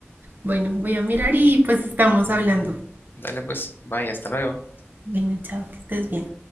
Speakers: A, on the right; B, on the left.
A: Bueno, voy a mirar y pues estamos hablando.
B: Dale pues, bye, hasta luego.
A: Bueno, chao, que estés bien.